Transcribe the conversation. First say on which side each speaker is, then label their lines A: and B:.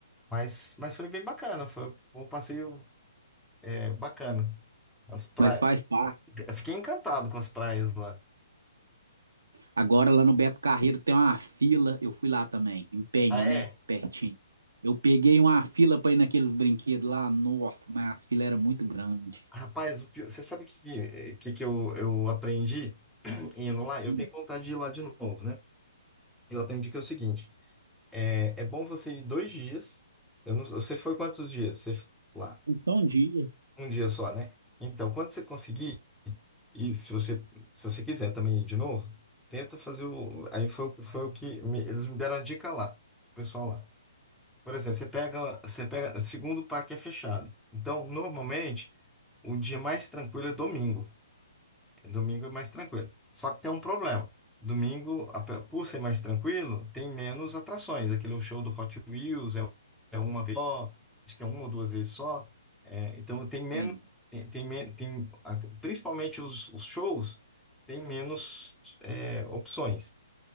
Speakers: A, in the centre; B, on the right.
A: Mas, mas foi bem bacana, foi um passeio é, bacana. As praias,
B: Mas faz parte.
A: fiquei encantado com as praias lá.
B: Agora lá no Beto Carreiro tem uma fila. Eu fui lá também, em Penha,
A: Ah,
B: né?
A: é?
B: Pertinho. Eu peguei uma fila para ir naqueles brinquedos lá. Nossa, mas a fila era muito grande.
A: Rapaz, o pior- você sabe o que, que, que que eu, eu aprendi <clears throat> indo lá? Eu
B: Hum,
A: tenho vontade de ir lá de novo, né? Eu aprendi que é o seguinte: é, é bom você ir dois dias. Eu não- você foi quantos dias? Você f- lá?
B: Então, um dia.
A: Um dia só, né? Então, quando você conseguir, e se você, se você quiser também ir de novo, tenta fazer o. Aí foi, o que- foi o que me- eles me deram a dica lá, o pessoal lá. Por exemplo, você pega, você pega, segundo o parque é fechado. Então, normalmente, o dia mais tranquilo é domingo. Domingo é mais tranquilo. Só que tem um problema. Domingo, a- por ser mais tranquilo, tem menos atrações. Aquele show do Hot Wheels é, é uma vez só, acho que é uma ou duas vezes só. É, então tem menos,
B: Entendi.
A: tem, tem, men- tem- a- principalmente os, os shows, tem menos é, opções,